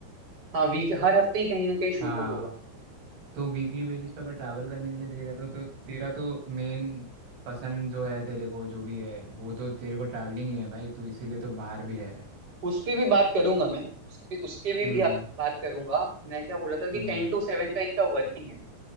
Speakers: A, on the right (about 20°); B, on the right (about 65°).
A: हाँ वीक हर हफ्ते ही कहीं ना कहीं शूट
B: हाँ
A: उट होगा
B: तो वीकली बेसिस पे अगर ट्रैवल करने के लिए दे रहे हैं तो, तो तेरा तो मेन पसंद जो है तेरे को जो भी है वो तो तेरे को ट्रैवलिंग ही है भाई तू इसीलिए तो बाहर भी रह रहा है
A: उस पे भी बात करूंगा मैं उसके उसके भी,
B: हम्म
A: भी
B: हम्म
A: बात करूंगा मैं क्या बोला था कि
B: हम्म
A: टेन टू सेवन का इनका वर्किंग है